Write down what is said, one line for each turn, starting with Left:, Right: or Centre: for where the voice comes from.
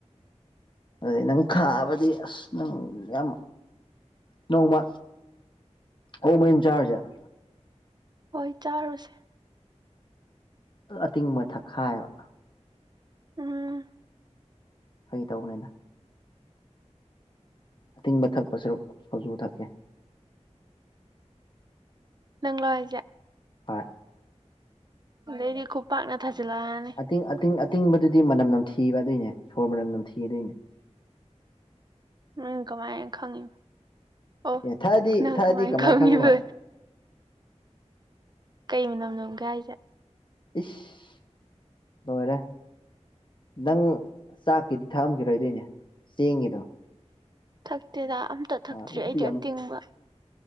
Left: ꯑꯗꯨꯗꯤ ꯅꯪ ꯈꯥꯕꯗꯤ ꯑꯁ ꯅꯪ ꯌꯥꯝ ꯅꯣꯡꯃꯥ ꯑ‌ꯣꯛ ꯃꯔꯤꯟ ꯆꯥꯔꯨꯖ‌ꯦ
Right: ꯍꯣꯏ ꯆꯥꯔꯨꯁꯦ
Left: ꯗꯨ ꯑꯇꯤꯡꯕ ꯊꯛ ꯈꯥꯏꯕ
Right: ꯎꯝ
Left: ꯐꯥꯒꯤ ꯇꯧꯕꯅꯤꯗ ꯑꯇꯤꯡꯕ ꯊꯛꯄ ꯁꯔꯨꯛ ꯁꯣꯖꯨ ꯊꯛꯀꯦ
Right: ꯅꯪꯂꯣ ꯍꯥꯏꯖ‌ꯦ
Left: ꯍꯣꯏ
Right: ꯑꯗꯩꯗꯤ ꯈꯨ ꯄꯥꯛꯅ ꯊꯥꯖꯤꯜ ꯂꯑꯅꯤ
Left: ꯇꯤꯡ ꯑꯇꯤꯡ ꯑꯇꯤꯡ ꯕꯗꯨꯗꯤ ꯃꯅꯝ ꯅꯝꯊꯤꯕ ꯑꯗꯨꯏꯅꯦ ꯁꯣꯔ ꯃꯅꯝ ꯅꯝꯊꯤ ꯑꯗꯨꯏ ꯅꯦ
Right: ꯅꯪ ꯀꯃꯥꯏꯅ ꯈꯪꯉꯤ ꯑꯣ
Left: ꯑꯦ ꯊꯛꯑꯗꯤ
Right: ꯅꯪ
Left: ꯊꯛꯑꯗꯤ
Right: ꯀꯃꯥꯏ ꯈꯪꯉꯤꯕ
Left: ꯈꯪꯉꯨꯕ
Right: ꯀꯩ ꯃꯅꯝꯅꯣꯝꯒ ꯍꯥꯏꯁꯦ
Left: ꯏꯁ ꯂꯣꯏꯔꯦ ꯅꯪ ꯆꯥꯛꯀꯤꯗꯤ ꯊꯛꯑꯝꯈꯤꯔꯣꯏꯗꯣꯏꯅꯦ ꯆꯦꯡꯒꯤꯗꯣ
Right: ꯊꯛꯇꯦꯗ ꯑꯝꯇ ꯊꯛꯇ꯭ꯔꯤ
Left: ꯑꯥ ꯑꯗꯨ
Right: ꯑꯩꯗꯤ ꯑꯇꯤꯡꯕ